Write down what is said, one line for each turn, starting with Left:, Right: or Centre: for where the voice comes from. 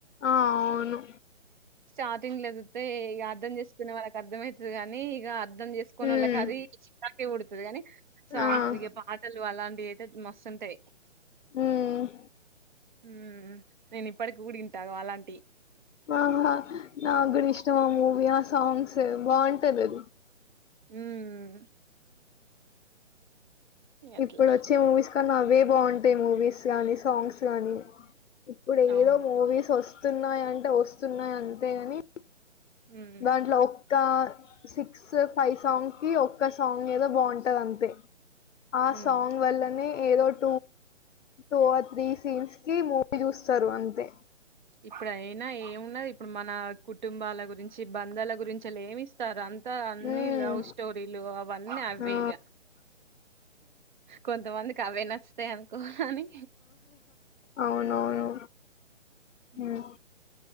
Left: ఆ అవును
Right: స్టార్టింగ్ లేదు తే ఇగా అర్థం చేసుకునే వాళ్ళక్ అర్థమయితది గానీ ఇగా అర్ధం చేసుకొనోళ్లకి
Left: ఉమ్
Right: అది చాకి ఉడతది గానీ సాంగ్
Left: ఆ
Right: ఇగ పాటలు అలాంటివి అయితే మస్తుంటాయి
Left: హ్మ్
Right: హ్మ్ నేను ఇప్పటికి గూడ ఇంట గు అలాంటి
Left: వామ్మ నా గూడ ఇష్టం ఆ మూవి ఆ సాంగ్ స్ బాగుంటది అది
Right: హుమ్ అట్లా.
Left: ఇప్పుడోచ్చే మూవీస్ క్క నవే బాగుంటాయి మూవీస్ గానీ, సాంగ్స్ గానీ. ఇప్పుడు
Right: అవును.
Left: ఏదో మూవీస్ వస్తున్నాయంటే వో స్తున్నాయి అంతే గాని
Right: హ్మ్.
Left: దాంట్లో ఒక్క సిక్స్ ఫై సాంగ్ కి ఒక్క సాంగ్ ఏదో బాగుంటది అంతే ఆ
Right: హ్మ్.
Left: సాంగ్ వల్లనే ఏదోట్ టూ ఆర్ త్రీస్ సీన్స్ కి మూవీ చూస్తరు అంతే
Right: ఇప్పుడ అయినా ఏమున్నది ఇప్పుడు మన కుటుంబాల గురించి బంధాల గురించి అలా ఏమిస్త ఇస్తారు అంతా అన్నిీ
Left: హ్మ్
Right: లవ్ స్టోరీలు అవన్నీ అవే
Left: ఆ
Right: ఇక కొంతమందికి అవే నచ్చుతాయి అనుకో అని
Left: అవునవును
Right: ఉ
Left: హ్మ్